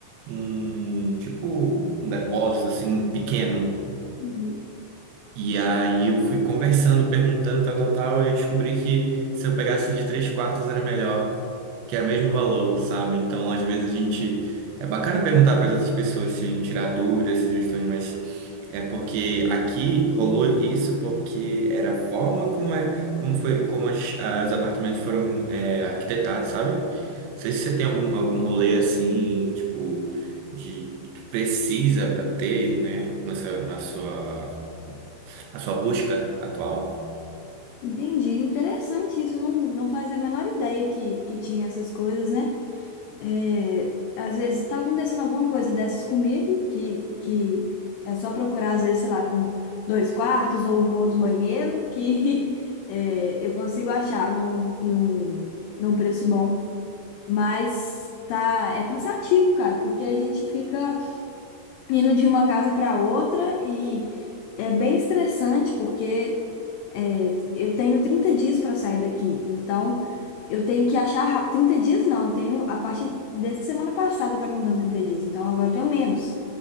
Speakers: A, on the right; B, on the left.
A: um tipo um depósito assim pequeno.
B: Uhum.
A: E aí eu fui conversando, perguntando, tal, tal, tal, e eu descobri que se eu pegasse de três quartos era melhor, que era o mesmo valor, sabe? Então, às vezes a gente. É bacana perguntar para as outras pessoas se tirar dúvidas, sugestões, mas é porque aqui rolou isso porque era a forma como, é, como foi, como as, ah, os apartamentos foram é, arquitetados, sabe? Não sei se você tem algum, algum rolê assim, tipo, de que precisa para ter, né, na sua, na sua a sua busca atual.
B: Entendi, interessante isso. Eu não, não fazia a menor ideia que, que tinha essas coisas, né? É, às vezes está acontecendo alguma coisa dessas comigo, que, que é só procurar, às vezes, sei lá, com dois quartos ou um outro banheiro, que <laughs> é, eu consigo achar num, num, num preço bom. Mas tá, é cansativo, cara, porque a gente fica indo de uma casa para outra é bem estressante porque é, eu tenho 30 dias para sair daqui. Então, eu tenho que achar rápido. trinta dias não, eu tenho a partir dessa semana passada tá contando 30 dias. Então, agora eu tenho menos.